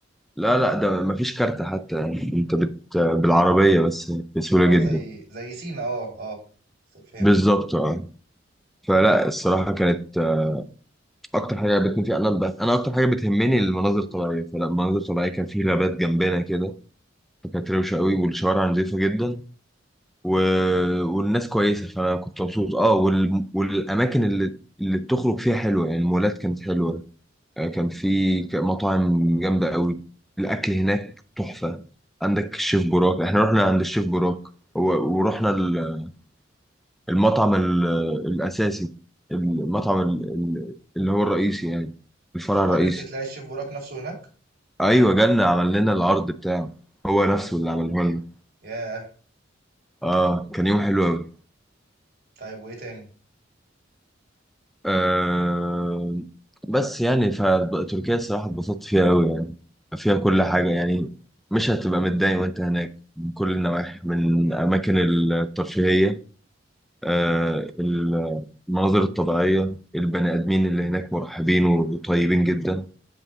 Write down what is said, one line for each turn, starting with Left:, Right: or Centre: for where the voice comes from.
Centre: لا لا ده ما فيش كارت حتى يعني انت بت... آه، بالعربيه بس بسهوله
Right: آه
Centre: جدا
Right: زي زي سينا آه، آه، ف فهمتك،
Centre: بالظبط اه فلا الصراحه كانت آه، اكتر حاجه عجبتني فيها انا ب... انا اكتر حاجه بتهمني المناظر الطبيعيه فلا المناظر الطبيعيه كان في غابات جنبنا كده فكانت روشه قوي والشوارع نظيفه جدا و... والناس كويسه فانا كنت مبسوط اه وال... والاماكن اللي اللي بتخرج فيها حلوه يعني المولات كانت حلوه آه، كان في ك- مطاعم جامده قوي الاكل هناك تحفه عندك الشيف براك احنا رحنا عند الشيف براك و... ورحنا ال- المطعم ال... الاساسي المطعم ال... ال- اللي هو الرئيسي يعني الفرع
Right: طب وعرفت
Centre: الرئيسي
Right: تلاقي الchef بوراك نفسه هناك؟
Centre: ايوه جالنا عمل لنا العرض بتاعه هو نفسه
Right: ي
Centre: اللي عمله لنا
Right: ياه!
Centre: اه كان يوم حلو قوي
Right: طيب وإيه تاني؟
Centre: آه بس يعني فتركيا الصراحة اتبسطت فيها أوي يعني فيها كل حاجة يعني مش هتبقى متضايق وأنت هناك من كل النواحي من
Right: إمم،
Centre: أماكن الترفيهية آه ال- المناظر الطبيعية البني آدمين اللي هناك مرحبين وطيبين جدا